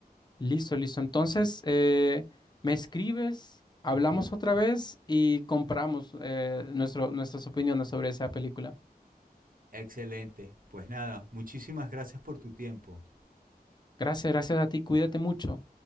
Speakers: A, on the left; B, on the right.
A: Listo, listo. Entonces, eh, me escribes, hablamos otra vez y compramos eh, nuestro, nuestras opiniones sobre esa película.
B: Excelente. Pues nada, muchísimas gracias por tu tiempo.
A: Gracias, gracias a ti. Cuídate mucho.